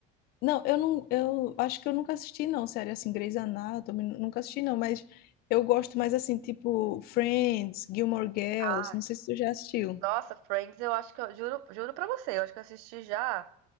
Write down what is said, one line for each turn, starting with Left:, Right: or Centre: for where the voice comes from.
Left: Não, eu não, eu acho que eu nunca assisti, não, série assim, Grey's Anatomy, nunca assisti, não, mas eu gosto mais assim, tipo Friends, Gilmore Girls,
Right: Ah,
Left: não sei se tu já assistiu.
Right: Nossa, Friends, eu acho que eu juro, juro pra você, eu acho que eu assisti já